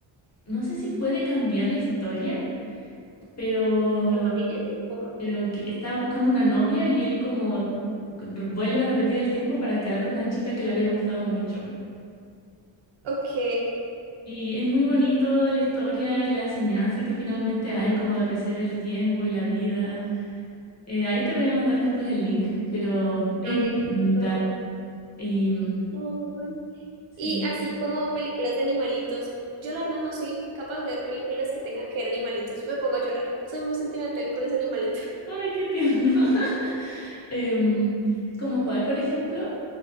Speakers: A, on the left (about 35°); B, on the right (about 70°).
A: no sé si puede cambiar la historia, pero,
B: ¿La familia o cómo?
A: pero que estaba buscando una novia y él como r- vuelve a repetir el tiempo para quedar con una chica que le había gustado mucho.
B: Ok,
A: Y es muy bonito la historia y la enseñanza que finalmente hay, como de apreciar el tiempo y la vida. Eh, ahí te voy a mandar después el link, pero
B: dale,
A: es muy
B: listo.
A: bonita. Y mm,
B: Uy.
A: sí.
B: Y así como películas de animalitos, yo la verdad no soy capaz de ver películas que tengan que ver animalitos. Me pongo a llorar. Soy muy sentimental con los animalitos.
A: Ay, qué tierno. <laughs> Em, ¿como cuál, por ejemplo?